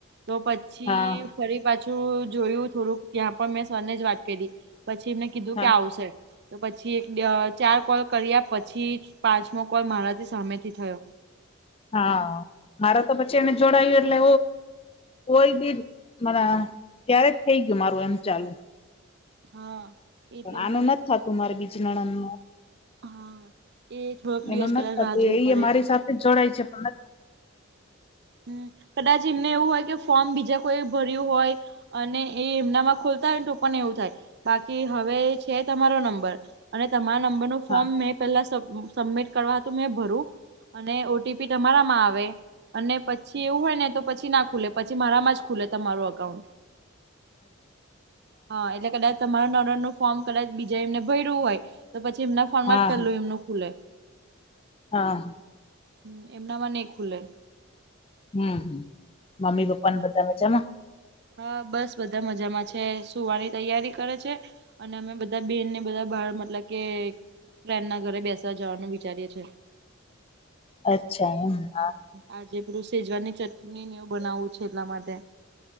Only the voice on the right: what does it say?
તો પછી.
ફરી પાછું જોયું થોડુંક ત્યાં પણ મેં સરને જ વાત કરી પછી એમને કીધું
કે આવશે. તો પછી એક ચાર કોલ કર્યા પછી પાંચમો કોલ મારાથી સામેથી થયો.
હા. એટલે
મારે
હા એ થોડોક દિવસ
કદાચ રાહ જોવી પડે
હમ્મ કદાચ એમને એવું હોય કે ફોર્મ બીજા કોઈ ભર્યું હોય. અને એ એમનામાં ખોલતા હો ને તો પણન એવું થાય બાકી હવે છે તમારો નંબર અને તમારા નંબર ન
ફોર્મ મેપ. પેલા સબમિટ કરવા હતું મેં ભરું અને ઓટીપી તમારામાં આવે. અને પછી એવું હોય ને તો પછી ના ખુલે પછી મારામાં જ ખુલે તમારું અકાઉન્ટ હા એટલે કદાચ તમાર નનર નું ફોર્મ કદાચ બીજા એમને ભરવું હોય તો પછી એમના ફોર્મમાં
જ પેલું
એમનું ખુલે
હ એમના માં નહ ખુલે
હ
હા બસ બધા મજામાં છે સુવાની તૈયારી કરે છે. અને અમે બધા બેનને બધા બાર મતલબ કે ફ્રેન્ડ ના ઘરે બેસવા જવાનું વિચારીએ છીએ.
આજે પેલું સેજવાની ચટણી ને એવું બનાવવું છે એટલા માટે